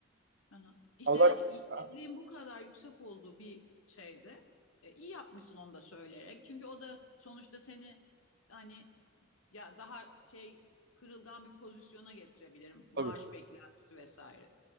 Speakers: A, on the left; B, on the right.
A: Aha. İşte
B: Ama
A: yani
B: zaten-
A: istediğim
B: Ha,
A: bu kadar yüksek olduğu bir şeyde e, iyi yapmışsın onu da söyleyerek. Çünkü o da sonuçta seni hani ya daha şey kırılgan bir pozisyona getirebilirim. Maaş
B: tabii.
A: beklentisi vesaire.